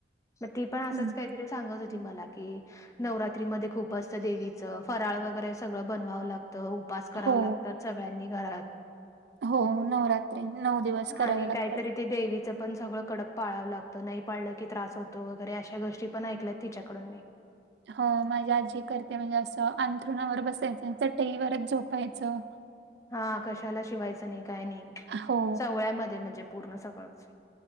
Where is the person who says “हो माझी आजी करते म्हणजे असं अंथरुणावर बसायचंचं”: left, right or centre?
Right